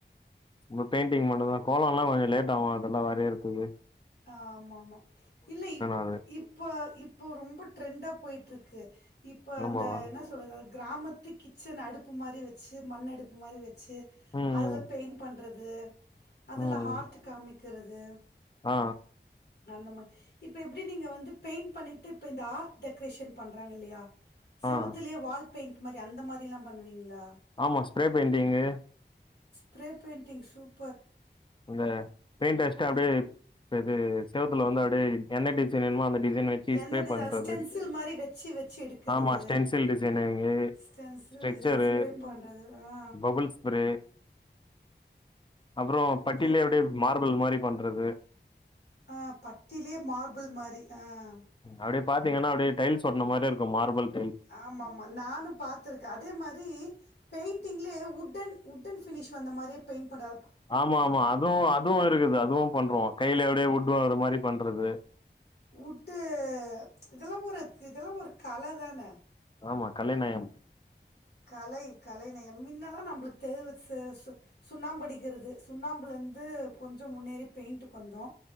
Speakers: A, on the left (about 25°); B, on the left (about 65°).
A: ம்ப பெயிண்டிங் மட்டுந்தா கோலோல்லா கொஞ்ச லேட் ஆகு அதெல்லா வரையறத்துக்கு
B: ஆமாமா இல்ல இப்
A: அது
B: இப்பொ இப்போ ரொம்ப ட்ரெண்டா போயிட்டுருக்கு இப்ப
A: ஆமாவா
B: அந்த என்ன சொல்றது கிராமத்து கிச்சன் அடுப்பு மாரி வச்சு மண் அடுப்பு மாரி வச்சு
A: ம்
B: அதுல
A: ம்
B: பெயிண்ட் பண் றது அதுல
A: ம்
B: ஹார்ட் காமிக்கறது
A: ஆ
B: அந்த மா இப்ப எப்படி நீங்க வந்து பெயிண்ட் பண்ணிட்டு இப்போ இந்த ஆர்ட் டெக்கரேஷன் பண்றாங்க இல்லயா
A: ஆ
B: செவுத்துலேயே
A: ஆ
B: வால் பெயிண்ட் மாரி அந்த மாரில்லா பண்ணுவீங்ளா
A: ஆமா spray painting
B: spray painting super
A: ந்த பெயிண்ட் அடுச்சுட்டு அப்டியே இதெது செவத்துல வந்து அப்டியே என்ன டிசைன் வேணுமோ அந்த டிசைன் வச்சு
B: எந்த
A: ஸ்ப்ரே
B: டிச
A: பண்றது
B: ஸ்டென்சில் மாரி வெச்சு வெச்சு எடுக்கறது
A: ஆமா stencil designing
B: stencil
A: structure
B: design spray பண்றது ஆ
A: பபுள் ஸ்ப்ரே அப்றோ
B: சூப்பர்
A: பட்டிலே அப்டியே மார்பல் மாரி பண்றது
B: ஆ பட்டிலேயே மார்பிள் மாரி ஆஹ்
A: அப்டியே பாத்தீங்கன்னா அப்டியே டைல்ஸ் ஒட்ன மாரி இருக்கு மார்பள்
B: ஆமாமா நானும் பாத்துருக்க அதே மாரி பெயிண்டிங்லே உட்டன் உட்டன் பினிஷ் வந்த மாரியே பெய்ண் பண்ற
A: ஆமா ஆமா அதுவு அதுவு இருக்குது அதுவும் பண்றோ கைல அப்டியே வுட் டு வாங்ற மாரி பண்றது
B: உட்டு இதெல்லா ஒரு கிதெல்லா ஒரு கலதானே
A: ஆமா கலைநயம்
B: கலை கலை நயம் மின்னலா நம்மளுக்கு தெ ச ச சுண்ணாம்படிக்கறது சுண்ணாம்புல இருந் து கொஞ்ச முன்னேறி பெயிண்ட்டுக் வந்தோ